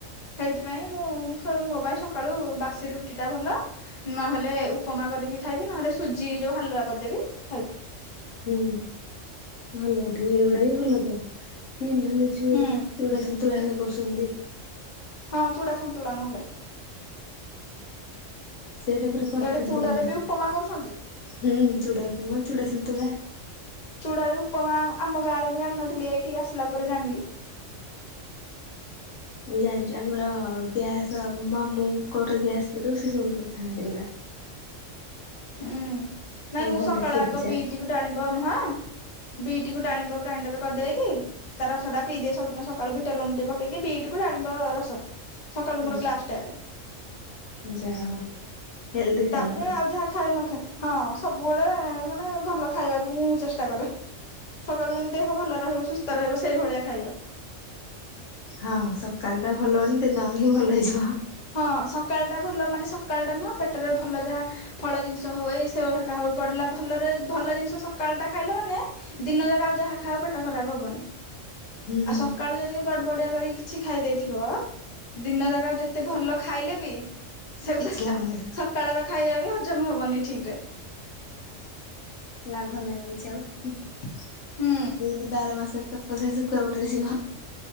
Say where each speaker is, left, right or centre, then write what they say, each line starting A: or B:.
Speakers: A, on the left; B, on the left.
A: ସେଇଥିପାଇଁ ମୁଁ ମୋ ପାଇଁ ସକାଳୁ ବାସି ରୁଟି ଟା ଭଲ ନହେଲେ ଉପମା କରିବି ଖାଇବି, ନହେଲେ ସୁଜି ଯେଉଁ ହାଲୁଆ କରିଦେବି ଖାଇବି।
B: ହୁଁ ଭଲ ଠିକ ଏଇଗୁଡା ବି ଭଲ ତ। କି ନହେଲେ ଯୋଉ
A: ହୁଁ।
B: ଚୁଡା, ସନ୍ତୁଳା ହେରିକା କରୁଛନ୍ତି।
A: ହଁ ଚୂଡା ସନ୍ତୁଳା ନହେଲେ।
B: ସେଇଟା ପୁରା ପରଫେକ୍ଟ
A: ଇଆଡେ ଚୁଡାରେ
B: ଦେବେ,
A: ବି ଉପମା କରୁଛନ୍ତି।
B: ହୁଁ ଚୁଡା ଉପମା, ଚୁଡା ଶନ୍ତୁଳା।
A: ଚୁଡ଼ା ରେ ଉପମା ଆମ ଗାଁ ରେ ମୁଁ ଜାଣିନଥିଲ ଏଇଠିକି ଆସିଲା ପରେ ଜାଣିଲି।
B: ମୁଁ ଜାଣିଛି ଆମର ଗ୍ୟାସ ମ ମୁ କୋଉର ଗ୍ୟାସ ପ ସେ ସବୁ ଖାଆନ୍ତି ଗୁଡା।
A: ହୁଁ। ନାଇଁ
B: ଘଣ୍ଟା
A: ମୁଁ ସକାଳ
B: ସିଝା
A: ଆଗ, ବିଟିକୁ ଡାଳିବ ନୁହଁ, ବିଟିକୁ ଡାଳିବ ଗ୍ରାଇଣ୍ଡର କରିଦେଇକି, ତା ରସ ଟା ପିଇ ଦିଏ ସବୁଦିନ ସକାଳୁ ବିଟ ଲୁଣ ପକେଇକି ବିଟ୍ କୁ ଡାଳିମ୍ବ ରସ। ସକାଳୁ
B: ହଁ
A: ମୋର ଗ୍ଲାସ୍ ଟେ ଆଗ।
B: ଯାହା ହଉ। ହେଲ୍ଦି ଖାଇବା
A: ତାପରେ
B: ପୁରା।
A: ଆଉ ଯାହା ଖାଏ ନ ଖାଏ, ହଁ ସବୁବେଳେ ମାନେ ଭଲ ଖାଇବାକୁ ମୁଁ ଚେଷ୍ଟା କରେ। ସକାଳୁ ଯେମିତି ଦେହ ଭଲ ରହିବ ସୁସ୍ଥ ରହିବ ସେଇଭଳିଆ ଖାଇବା।
B: ହଁ ସକାଳ ଟା ଭଲ ମାନେ ଦିନେ ହି ଭଲ ହେଇଯିବ।
A: ହଁ ସକାଳ ଟା ଭଲ ମାନେ ସକାଳ ଟା ନୁହଁ ପେଟରେ ଭଲ ଯାହା ଫଳ ଜିନିଷ ହଉ ଏଇ ସେଓ କା ହଉ ପଡିଲା ଭଲରେ ଭଲ ଜିନିଷ ସକାଳଟା ଖାଇଲେ ମାନେ ଦିନ ଯାକ ଆଉ ଯାହା ଖାଅପେଟ ଖରାପ ହବନି।
B: ହୁଁ
A: ଆଉ ସକାଳୁ ଯଦି ଗଡ ବଡିଆ କରିକି କିଛି ଖାଇ ଦେଇେଇଥିବ ଦିନ ଯାକା ଯେ ଏତେ ଭଲ ଖାଇଲେ ବି ସେଗୁଡା
B: କିଛି ଲାଭ ନାହିଁ
A: ସକାଳର ଖାଇବା ବି ହଜମ ହବନି ଠିକ ରେ।
B: ଲାଭ ନାଇଁ ବା କିଛି ଆଉ
A: ହୁଁ
B: ବାର ମାସରେ ତପସ୍ୟା ଶୁଖୁଆ ପୋଡିରେ ଯିବା।